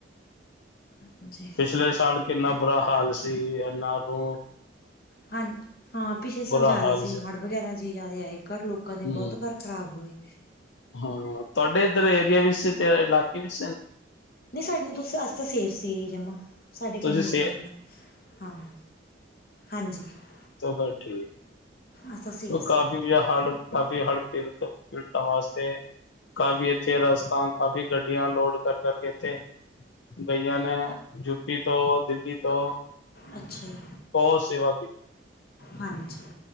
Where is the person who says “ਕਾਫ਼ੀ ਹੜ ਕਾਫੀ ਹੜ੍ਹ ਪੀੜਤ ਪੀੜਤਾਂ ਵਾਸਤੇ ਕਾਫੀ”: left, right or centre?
Left